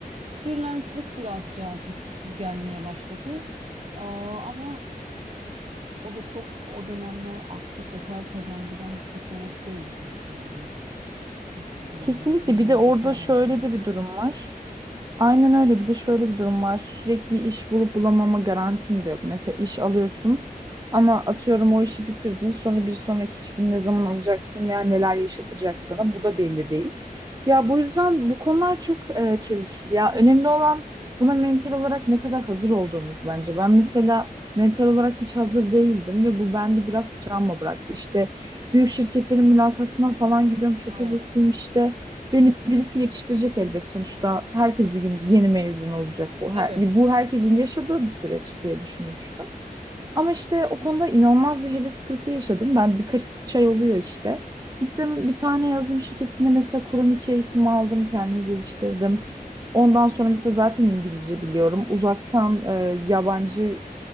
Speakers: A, on the right; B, on the right.
A: Freelance'lik biraz cazip gelmeye başladı. Aa, Ama o da çok o dönemler aktif ve para kazandıran bir seçenek değildi. Yani o eski zamanlar
B: Kesinlikle
A: 10 yıl
B: bir de
A: öncesinden
B: orada şöyle
A: bahsediyorum.
B: de bir durum var. Aynen öyle. Bir de şöyle bir durum var. Sürekli iş bulup bulamama garantin de yok. Mesela iş alıyorsun ama atıyorum o işi bitirdin. Sonra bir sonraki işini ne zaman alacaksın veya neler yaşatacak sana bu da belli değil. Ya bu yüzden bu konular çok e, çelişkili. Ya önemli olan buna mental olarak ne kadar hazır olduğumuz bence. Ben mesela mental olarak hiç hazır değildim ve bu bende biraz travma bıraktı. İşte büyük şirketlerin mülakatına falan giriyorum. Çok
A: Evet.
B: hevesliyim işte. Beni birisi yetiştirecek elbet sonuçta. Herkes bir gün yeni mezun olacak. O
A: Tabii.
B: her- bu herkesin yaşadığı bir süreç diye düşünmüştüm. Ama işte o konuda inanılmaz bir heves kırıklığı yaşadım. Ben birkaç ay oluyor işte. Gittim bir tane yazılım şirketine mesela kurum içi eğitim aldım, kendimi geliştirdim. Ondan sonra mesela zaten İngilizce biliyorum. Uzaktan e, yabancı